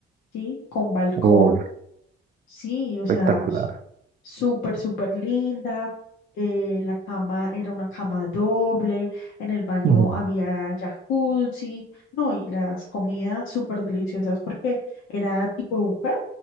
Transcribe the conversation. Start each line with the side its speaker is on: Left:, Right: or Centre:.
Left: ¿sí? Con balcón,
Right: uf,
Left: sí, o
Right: espectacular.
Left: sea, s- súper, súper linda. eh, la cama era una cama doble, en el baño
Right: Ujú.
Left: había jacuzzi, no, y las comidas súper deliciosas porque era tipo buffet.